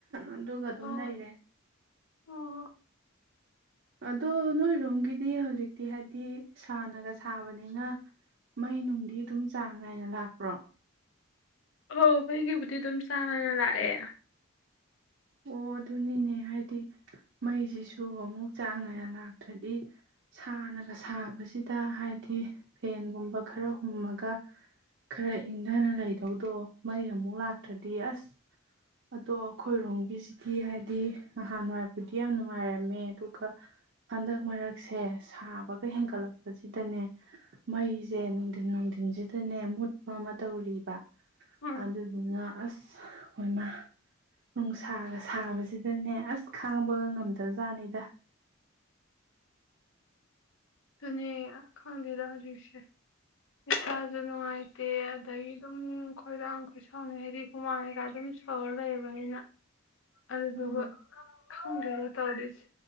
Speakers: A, on the right; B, on the left.
A: ꯑꯗꯨꯒ ꯑꯗꯨꯝ
B: ꯑꯣ
A: ꯂꯩꯔꯦ
B: ꯑꯧ
A: ꯑꯗꯣ ꯅꯣꯏꯔꯣꯝꯒꯤꯗꯤ ꯍꯧꯖꯤꯛꯇꯤ ꯍꯥꯏꯗꯤ ꯁꯥꯅꯒ ꯁꯥꯕꯅꯤꯅ ꯃꯩ ꯅꯨꯡꯗꯤ ꯑꯗꯨꯝ ꯆꯥꯡ ꯅꯥꯏꯅ ꯂꯥꯛꯄ꯭ꯔꯣ
B: ꯍ ꯐꯣꯏꯒꯤꯕꯨꯗꯤ ꯑꯗꯨꯝ ꯆꯥꯡ ꯅꯥꯏꯅ ꯂꯥꯛꯑꯦ
A: ꯑꯣ ꯑꯗꯨꯅꯤꯅꯦ ꯍꯥꯏꯗꯤ ꯃꯩꯁꯤꯁꯨ ꯑꯃꯨꯛ ꯆꯥꯡ ꯅꯥꯅ ꯂꯥꯛꯇ꯭ꯔꯗꯤ ꯁꯥꯅꯒ ꯁꯥꯕꯁꯤꯗ ꯍꯥꯏꯗꯤ ꯐꯦꯟꯒꯨꯝꯕ ꯈꯔ ꯍꯨꯝꯃꯒ ꯈꯔ ꯏꯪꯊꯅ ꯂꯩꯗꯧꯗꯣ ꯃꯩ ꯑꯃꯨꯛ ꯂꯥꯛꯇ꯭ꯔꯗꯤ ꯑꯁ ꯑꯗꯣ ꯑꯩꯈꯣꯏꯔꯣꯝ ꯁꯤꯗꯤ ꯍꯥꯏꯗꯤ ꯅꯍꯥꯟꯋꯥꯏꯕꯨꯗꯤ ꯌꯥꯝ ꯅꯨꯡꯉꯥꯏꯔꯝꯃꯦ ꯑꯗꯨꯒ ꯍꯟꯗꯛ ꯃꯔꯛꯁꯦ ꯁꯥꯕꯒ ꯍꯦꯟꯒꯠꯂꯛꯄꯁꯤꯗꯅꯦ ꯃꯩꯁꯦ ꯅꯨꯡꯊꯤꯟ ꯅꯨꯡꯊꯤꯟꯁꯤꯗꯅꯦ ꯃꯨꯠꯄ ꯑꯃ ꯇꯧꯔꯤꯕ
B: ꯎꯝ
A: ꯑꯗꯨꯖ ꯑꯁ ꯍꯣꯏ ꯃꯥ ꯅꯨꯡ ꯁꯥꯒ ꯁꯥꯕꯁꯤꯗꯅꯦ ꯑꯁ ꯈꯥꯡꯕꯒ ꯉꯝꯗꯕ ꯖꯥꯠꯅꯤꯗ
B: ꯑꯗꯨꯅꯦ ꯈꯪꯗꯦꯗ ꯍꯧꯖꯤꯛꯁꯦ ꯏꯁꯥꯁꯨ ꯅꯨꯡꯉꯥꯏꯇꯦ ꯑꯗꯒꯤ ꯑꯗꯨꯝ ꯈꯣꯏꯔꯥꯡ ꯈꯣꯏꯁꯥꯎꯅꯩ ꯍꯥꯏꯗꯤ ꯍꯨꯃꯥꯡ ꯀꯩꯀꯥꯏ ꯑꯗꯨꯝ ꯁꯧꯔ ꯂꯩꯕꯅꯤꯅ ꯑꯗꯨꯗꯨꯒ
A: ꯍꯣꯏ
B: ꯈꯪꯗꯦꯗ ꯇꯧꯔꯤꯁꯦ